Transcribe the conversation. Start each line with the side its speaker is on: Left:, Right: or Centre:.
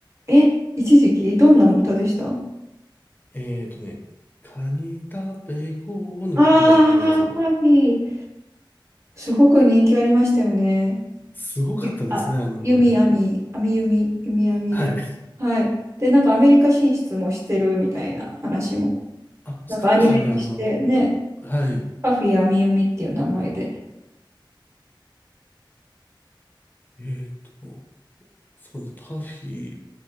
Right: え、一時期、どんな歌でしたあ
Left: えーとね、カニ食べ行こうの曲だったと思うんですけど、
Right: あー、パフィー。すごく人気ありましたよね。
Left: すごかったですね、
Right: ゆあ、
Left: あの頃。
Right: 弓網、網弓、弓網で。
Left: はい。
Right: はい。で、なんかアメリカ進出もしてるみたいな話も。
Left: あ、知ってましたね、
Right: なんかアニメ化してね、
Left: あの後。はい。
Right: パフィー網弓っていう名前で。
Left: えーと、そうですね、パフィー、